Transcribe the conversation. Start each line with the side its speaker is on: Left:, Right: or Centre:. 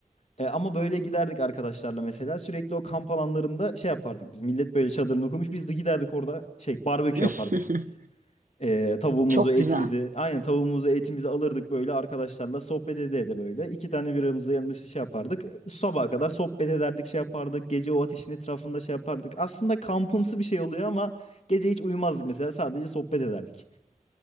Left: E, ama böyle giderdik arkadaşlarla mesela. Sürekli o kamp alanlarında şey yapardık biz. Millet böyle çadırını kurmuş. Biz de giderdik orada şey barbekü
Right: <laughs>
Left: yapardık. E, tavuğumuzu,
Right: Çok
Left: etimizi.
Right: güzel.
Left: Aynen tavuğumuzu, etimizi alırdık böyle arkadaşlarla sohbet ede ede böyle. İki tane biramızı yanımızda şey yapardık. Sabaha kadar sohbet ederdik şey yapardık. Gece o ateşin etrafında şey yapardık. Aslında kampımsı bir şey oluyor ama gece hiç uyumazdık mesela. Sadece sohbet ederdik.